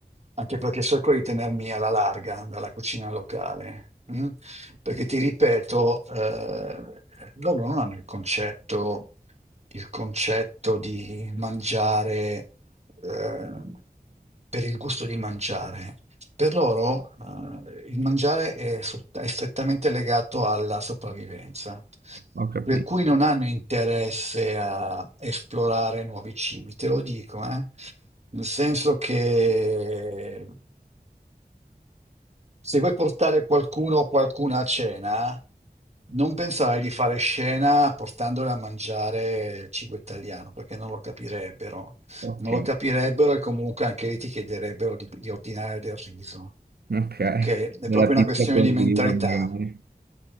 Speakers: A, on the right; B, on the right.
A: anche perché cerco di tenermi alla larga dalla cucina locale, mm? Perché ti ripeto, eh, loro non hanno il concetto, il concetto di mangiare, eh, per il gusto di mangiare. Per loro, eh, il mangiare è, sott- è strettamente legato alla sopravvivenza,
B: Ho capito.
A: per cui non hanno interesse a esplorare nuovi cibi, te lo dico, eh. Nel senso che se vuoi portare qualcuno o qualcuna a cena, non pensare di fare scena portandole a mangiare cibo italiano, perché non lo capirebbero.
B: Ok,
A: Non lo capirebbero e comunque anche lì ti chiederebbero di, di ordinare del riso.
B: ok.
A: Ok? È
B: Della
A: proprio
B: pizza
A: una questione
B: col
A: di mentalità.
B: riso magari.